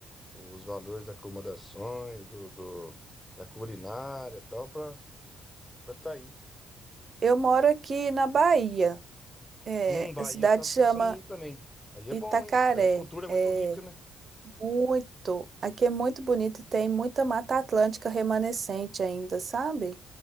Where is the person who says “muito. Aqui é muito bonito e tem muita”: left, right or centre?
Right